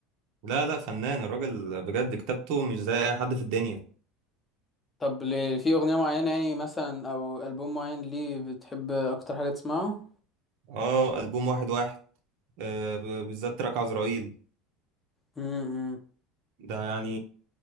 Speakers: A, on the right; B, on the left.
A: لا لا فنان الراجل بجد كتابته مش زي اي حد في الدنيا
B: طب ل- في اغنية معينة يعني مثلا او البوم معين ليه بتحب اكتر حاجة تسمعه
A: اه البوم واحد واحد آه ب- بالذات تراك عزرائيل
B: امم
A: ده يعني